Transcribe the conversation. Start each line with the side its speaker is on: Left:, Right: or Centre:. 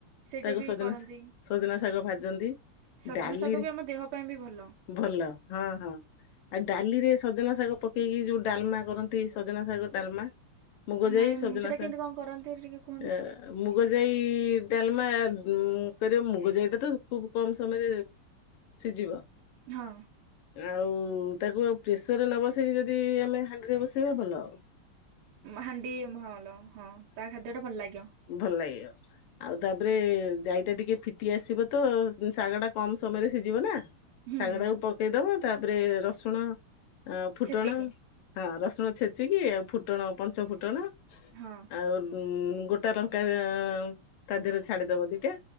Right: ସେଇଟା
Left: ତାକୁ
Right: ବି
Left: ସଜନା
Right: କରନ୍ତି
Left: ଶା ସଜନା ଶାଗ ଭାଜନ୍ତି
Right: ସଜନା
Left: ଡାଲିରେ।
Right: ଶାଗ ବି ଆମ ଦେହ ପାଇଁ ବି ଭଲ।
Left: ଭଲ ହଁ ହଁ। ଆଉ ଡାଲିରେ ସଜନା ଶାଗ ପକେଇକି ଯୋଉ ଡ଼ାଲମା କରନ୍ତି ସଜନା ଶାଗ ଡ଼ାଲମା। ମୁଗ ଯାଇ
Right: ନାଇଁ
Left: ସଜନା
Right: ମୁଁ ସେଇଟା
Left: ଶାଗ
Right: କେମିତି କଣ କରନ୍ତି ଟିକେ କୁହନ୍ତୁ
Left: ହଁ। ମୁଗ ଯାଇ ଡ଼ାଲମା ଉଁ କରିବା ମୁଗ ଯାଇଟା ତ ଖୁବ୍ କମ୍ ସମୟରେ ସିଜିବ।
Right: ହଁ।
Left: ଆଉ ତାକୁ ଆଉ ପ୍ରେସର ରେ ନ ବସେଇକି ଯଦି ଆମେ ହାଣ୍ଡିରେ ବସେଇବା ଭଲ ହବ।
Right: ହାଣ୍ଡି ଭଲ ହଁ ତା ଖାଦ୍ୟ ଟା ଭଲ ଲାଗିବ।
Left: ଭଲ୍ ଲାଗିବ। ଆଉ ତାପରେ ଯାଇଟା ଟିକେ ଫିଟି ଆସିବ ତ ଶାଗ ଟା କମ୍ ସମୟରେ ସିଜିବ ନା।
Right: ହୁଁ
Left: ଶାଗ
Right: ହୁଁ
Left: ଟାକୁ ପକେଇଦବ ତାପରେ ରସୁଣ ଆଉ ଫୁଟଣ
Right: ଛେଚିକି
Left: ହଁ ରସୁଣ ଛେଚିକି ଆଉ ଫୁଟଣ ପଞ୍ଚ ଫୁଟଣ
Right: ହଁ
Left: ଆଉ ଉଁ ଗୋଟା ଲଙ୍କା ତା ଦେହରେ ଛାଡିଦବ ଦିଟା।